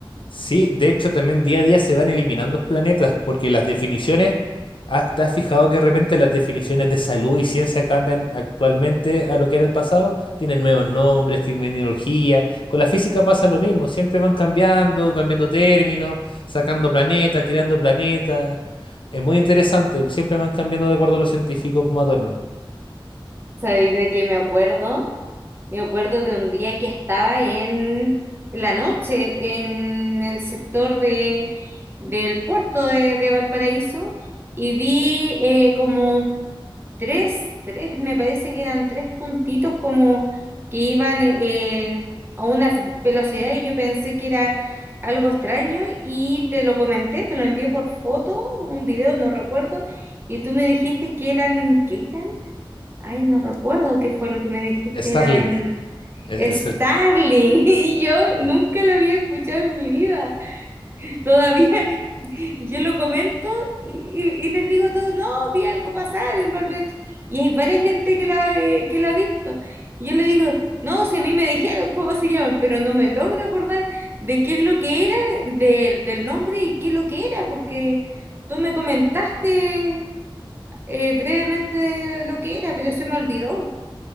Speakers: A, on the left; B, on the right.
A: Sí, de hecho también día a día se van eliminando planetas porque las definiciones, ah, ¿te has fijado que de repente las definiciones de salud y ciencia cambian actualmente a lo que era el pasado? Tienen nuevos nombres, terminología. Con la física pasa lo mismo, siempre van cambiando, cambiando términos, sacando planetas, creando planetas. Es muy interesante, siempre van cambiando de acuerdo a los científicos modernos.
B: ¿Sabéis de qué me acuerdo? Me acuerdo de un día que estaba en, en la noche en el sector de, del puerto de, de Valparaíso y vi eh, como tres, tres, me parece que eran tres puntitos como que iban eh, a una velocidad y yo pensé que era algo extraño y te lo comenté, te lo envié por foto, un video, no recuerdo, y tú me dijiste que eran, ¿qué eran? Ay, no recuerdo qué fue lo que me dijiste,
A: Starlink.
B: eran
A: es
B: Starling
A: el sat-
B: <laughs> y yo
A: Sí,
B: nunca lo había escuchado en mi vida. Todavía <laughs> yo lo comento y, y- y les digo a todos, no, vi algo pasar en Valparaíso. Y hay varias gente que la, eh, que la ha visto. Y yo le digo, no, si a mí me dijeron cómo se llama, pero no me logro acordar de qué es lo que era, del del nombre y qué es lo que era, porque tú me comentaste eh, brevemente lo que era, pero se me olvidó.